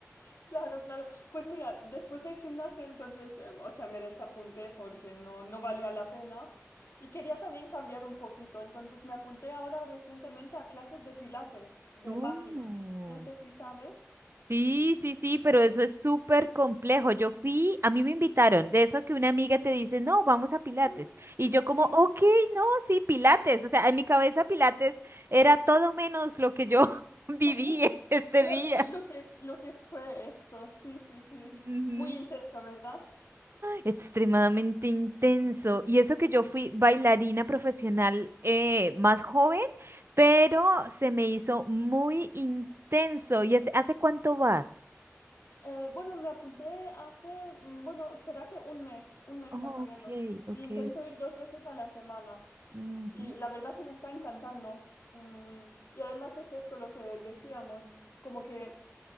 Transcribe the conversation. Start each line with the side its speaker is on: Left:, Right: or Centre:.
Left: Claro, claro. Pues mira, después del gimnasio, entonces, em, o sea, me desapunté porque no, no valía la pena. Y quería también cambiar un poquito. Entonces me apunté ahora recientemente a clases de pilates, de
Right: Mm.
Left: máquina. No sé si sabes.
Right: Sí, sí, sí, pero eso es súper complejo. Yo fui, a mí me invitaron, de eso que una amiga te dice, no, vamos a Pilates.
Left: Ah,
Right: Y yo
Left: Sí.
Right: como, ok, no, sí, Pilates. O sea, en mi cabeza Pilates era todo menos lo que yo <laughs> viví
Left: <laughs>
Right: ese
Left: Lo,
Right: día.
Left: lo- lo que, lo que fue esto, sí, sí, sí.
Right: Ujú.
Left: Muy intenso, ¿verdad?
Right: Extremadamente intenso. Y eso que yo fui bailarina profesional eh, más joven, pero
Left: Ah.
Right: se me hizo muy intenso. ¿Y hace, hace cuánto vas?
Left: Eh, bueno, me apunté hace, mm, bueno, será que un mes, un mes
Right: Oh,
Left: más o
Right: ok,
Left: menos.
Right: ok.
Left: Y intento ir dos veces a la semana.
Right: Ujú.
Left: Y la verdad que me está encantando. Mm, y además es esto lo que decíamos, como que